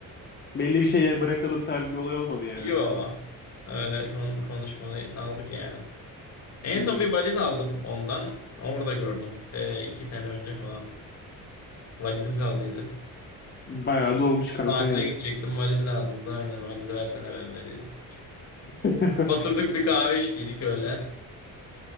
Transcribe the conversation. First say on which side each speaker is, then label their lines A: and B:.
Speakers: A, on the left; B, on the left.
A: Belli bir şeyler bırakalım tarzı bir olay olmadı yani.
B: Yo öyle kon konuşmayı saldık yani. En
A: Hmm,
B: son bir valiz aldım ondan. Orada gördüm. Te iki sene önce falan. Valizim kaldıydı.
A: bayağı da olmuş kanka
B: Tatile
A: yani.
B: gidecektim valiz lazımdı. Aynen valizi versene benim dediydim.
A: <laughs>
B: Oturduk bir kahve içtiydik öyle.